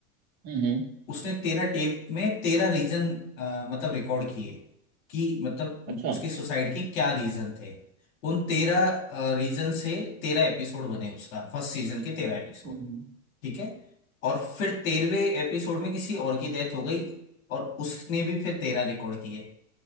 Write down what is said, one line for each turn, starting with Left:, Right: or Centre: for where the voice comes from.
Right: हम्म, हम्म।
Left: उसने तेरह टेप में तेरह रीजन मतलब रिकॉर्ड किए कि मतलब
Right: अच्छा
Left: उसकी सुसाइड के क्या रीजन थे उन तेरह रीजन से तेरह एपिसोड बने उसका फर्स्ट सीजन के तेरह एपिसोड
Right: हम्म,
Left: ठीक है और फिर तेरहवे एपिसोड में किसी और की डेथ हो गई और उसने भी फिर तेरह रिकॉर्ड किए